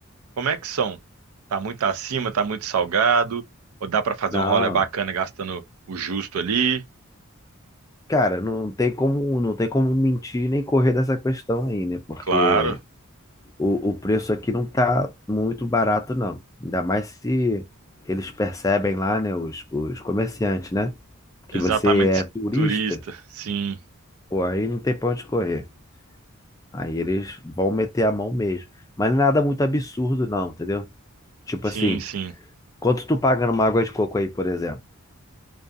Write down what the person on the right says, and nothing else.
como é que são? Tá muito acima, tá muito salgado? Ou dá pra fazer
um rolê bacana gastando o justo ali?
Claro,
exatamente
turista. Sim,
sim,
sim.